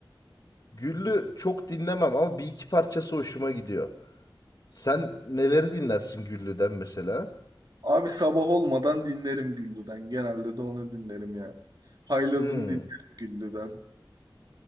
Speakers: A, on the left; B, on the right.
A: Güllü çok dinlemem ama bir iki parçası hoşuma gidiyor. Sen neleri dinlersin Güllü'den mesela?
B: Abi sabah olmadan dinlerim güllüden. Genelde de onu dinlerim ya. Haylazım
A: Hmm.
B: dinlerim güllüden.